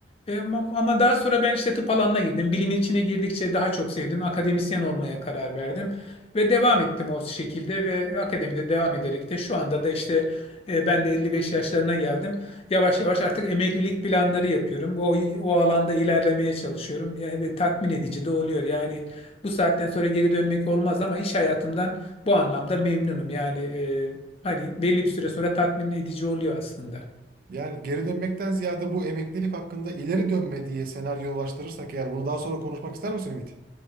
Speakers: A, on the left; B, on the right.
A: e, e, ama ama daha sonra ben işte tıp alanına girdim. Bilimin içine girdikçe daha çok sevdim. Akademisyen olmaya karar verdim ve devam ettim o şekilde ve akademide devam ederek de şu anda da işte e, ben de 55 yaşlarına geldim. Yavaş yavaş artık emeklilik planları yapıyorum. O o alanda ilerlemeye çalışıyorum. Yani ve tatmin edici de oluyor. Yani bu saatten sonra geri dönmek olmaz ama iş hayatımdan bu anlamda memnunum. Yani e, hani belli bir süre sonra tatmin edici oluyor aslında.
B: Yani geri dönmekten ziyade bu emeklilik hakkında ileri dönme diye senaryolaştırırsak eğer bunu daha sonra konuşmak ister misin Ümit?